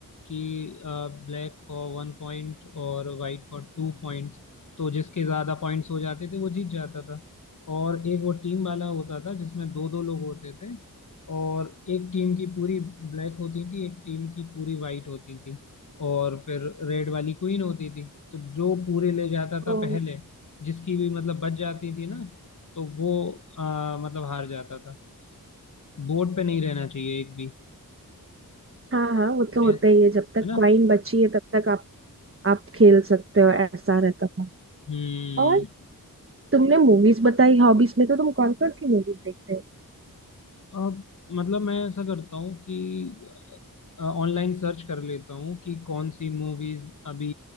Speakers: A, on the left (about 55°); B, on the right (about 35°).
A: कि ब्लैक फॉर वन पॉइंट और वाइट फॉर टू पॉइंट्स तो जिसके ज़्यादा पॉइंट्स हो जाते थे वो जीत जाता था और एक वो टीम वाला होता था जिसमें दो दो लोग होते थे और एक टीम की पूरी ब्लैक होती थी एक टीम की पूरी वाइट होती थी और फिर रेड वाली क्वीन होती थी तो जो पूरे ले जाता था
B: ओ,
A: पहले जिसकी भी मतलब बच जाती थी ना तो वो आ, मतलब हार जाता था बोर्ड पे नहीं रहना चाहिए एक भी
B: हाँ हाँ वो तो
A: है
B: होता
A: है
B: ही है जब तक
A: ना
B: कॉइन बची है तब तक आप आप खेल सकते हो ऐसा रहता था
A: हम्म
B: और तुमने मूवीज बताई हॉबीज में तो तुम कौन कौन सी मूवीज देखते हो
A: अब मतलब मैं ऐसा करता हूँ कि ऑनलाइन सर्च कर लेता हूँ कि कौन सी मूवीज अभी